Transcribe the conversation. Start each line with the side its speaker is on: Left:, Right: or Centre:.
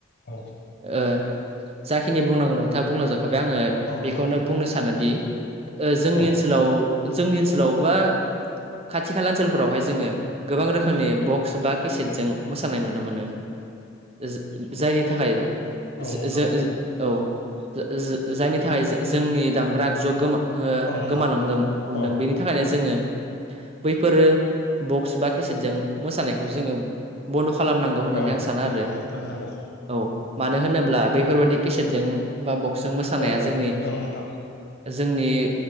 Left: औ
Right: ओ जाखिनि बुंनांगौ नोंथाङा बुंलांजाखाय आङो
Left: औ नोंथां
Right: बेखौनो बुंनो सानोदि ओ जोंनि
Left: औ
Right: ओनसोलाव जोंनि ओनसोलाव बा खाथि खाला ओनसोलफोरावहाय जोङो गोबां रोखोमनि बक्स बा केसेटजों मोसानाय नुनो मोनो। ओ जो जायनि थाखाय
Left: औ
Right: जो-जो-
Left: नोंथां
Right: औ ओ जो-जो-जायनि थाखाय जो-जोंनि दामग्रा जगमा ओ
Left: औ नोंथां
Right: गोमालांदों हमदों
Left: औ
Right: बेनि थाखायनो जोङो बैफोरो बक्स बा केसेटजों मोसानायखौ जोङो बन्द' खालामनांगौ होननानै
Left: औ
Right: आं सानो आरो
Left: नंगौ थारैनो नंगौ
Right: औ मानो होनोब्ला बैफोरबादि केसेटजों बा बक्स जों मोसानाया
Left: औ
Right: जोंनि
Left: औ नंगौ नोंथां
Right: जोंनि